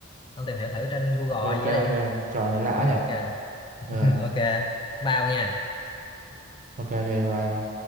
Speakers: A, on the left; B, on the right.
A: ông tìm hiểu thử trên Google
B: ok
A: gì đó
B: ok
A: đi
B: trò này lạ
A: rồi
B: nhỉ
A: ok
B: ờ
A: <laughs> ok bao nha
B: ok ok bye